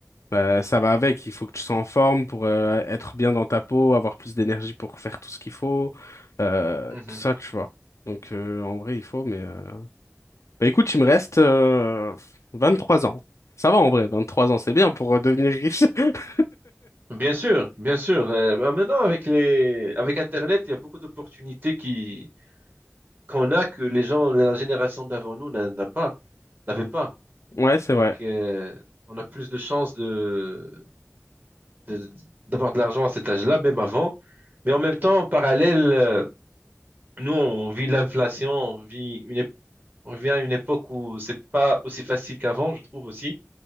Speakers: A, on the left; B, on the right.
A: Bah, ça va avec, il faut que tu sois en forme pour euh, être bien dans ta peau, avoir plus d'énergie pour faire tout ce qu'il faut, euh,
B: Mhm.
A: tout ça, tu vois. Donc euh, en vrai, il faut, mais. euh, bah écoute, il me reste euh, trois ans. Ça va en vrai, 23 ans, c'est bien pour euh, devenir riche. <laughs>
B: Bien sûr, bien sûr. Euh, bah, maintenant, avec les, avec Internet, il y a beaucoup d'opportunités qui qu'on a que les gens, la génération d'avant nous n'a n'a pas, n'avait pas.
A: Ouais, c'est vrai,
B: Donc, euh, on a plus de chances de, de- d'avoir de l'argent à cet âge-là, même avant. Mais en même temps, en parallèle, euh, nous, on vit l'inflation, on vit une, ép- on vient à une époque où c'est pas aussi facile qu'avant, je trouve aussi.